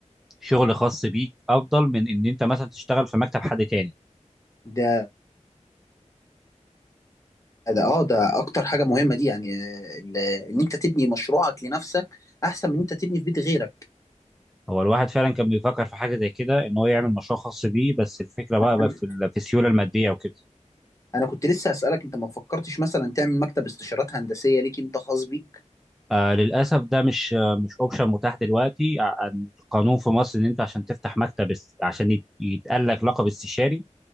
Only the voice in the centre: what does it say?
شغل خاص بيك افضل من ان انت مثلا تشتغل في مكتب حد تاني
هو الواحد فعلا كان بيفكر في حاجه زي كده ان هو يعمل مشروع خاص بيه بس الفكره بقى, بقى
في ال- في السيوله الماديه وكده
آه للاسف ده مش آه مش اوبشن متاح دلوقتي ع- عن القانون في مصر ان انت عشان تفتح مكتب است- عشان يت- يتقال لك لقب استشاري